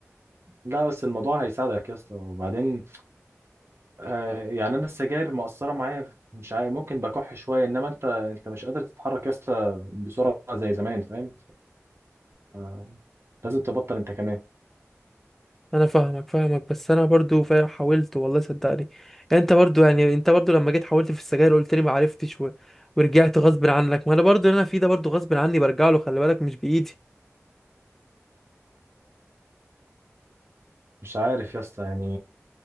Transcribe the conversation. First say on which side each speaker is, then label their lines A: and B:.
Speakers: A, on the right; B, in the centre.
A: لا بس الموضوع هيساعدك يا اسطى وبعدين آه يعني انا السجاير مؤثره معايا مش عارف ممكن بكح شويه انما انت انت مش قادر تتحرك يا اسطى بسرعه زي زمان فاهم آه لازم تبطل انت كمان
B: انا فاهمك فاهمك بس انا برضو فاهم حاولت والله صدقني يعني انت برضو يعني انت برضو لما جيت حاولت في السجاير قلت لي ما عرفتش و... ورجعت غصب عنك ما انا برضو اللي انا فيه ده برضو غصب عني برجع له خلي بالك مش بايدي
A: مش عارف يا اسطى يعني